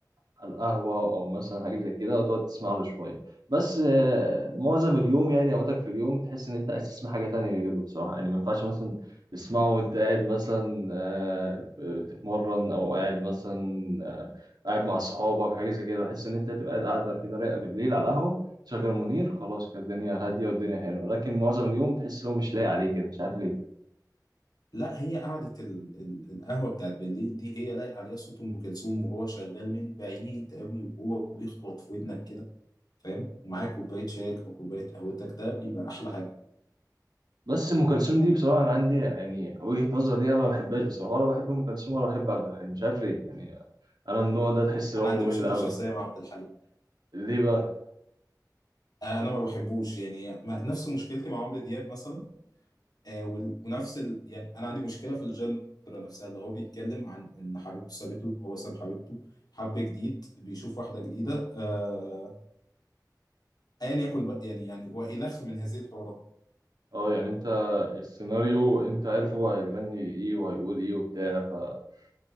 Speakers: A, on the right (about 70°); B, on the left (about 65°).
A: على القهوه او مثلا حاجه زي كده وتقعد تسمع له شويه بس آه، معظم اليوم يعني اوقاتك في اليوم تحس ان انت عايز تسمع حاجه تانية غيره بصراحه يعني ما ينفعش مثلا تسمعه وانت قاعد مثلا آه، بتتمرن او قاعد مثلا آه، قاعد مع اصحابك حاجه زي كده تحس ان انت تبقى قاعد قاعده كده رايقه بالليل على القهوه شغل منير خلاص كانت الدنيا هاديه والدنيا حلوه لكن معظم اليوم تحس ان هو مش لايق عليه كده مش عارف ليه
B: لا هي قعدة ال... ال... القهوة بتاعت بالليل دي هي لايق عليها صوت أم كلثوم وهو شغال من بعيد قوي وهو بيخبط في ودنك كده فاهم ومعاك كوباية شايك أو كوباية قهوتك ده بيبقى أحلى حاجة
A: بس ام كلثوم دي بصراحه انا عندي يعني وجهه نظر ليها انا ما بحبهاش بصراحه ولا بحب ام كلثوم ولا بحب عبد الحليم مش عارف ليه يعني انا من النوع ده تحس ان
B: أنا
A: هو
B: عندي
A: ممل
B: مشاكل
A: قوي
B: شخصية مع عبد الحليم
A: ليه بقى
B: آه، أنا ما بحبوش يعني ما... نفس مشكلتي مع عمرو دياب مثلا آه وال... ونفس ال... يعني أنا عندي مشكلة في الجنرا نفسها اللي هو بيتكلم عن إن حبيبته سابته هو ساب حبيبته حب جديد بيشوف واحدة جديدة آه... أيا يكن بقى يعني يعني وإلخ من هذه الحوارات
A: اه يعني انت السيناريو انت عارف هو هيغني ايه وهيقول ايه وبتاع فعبد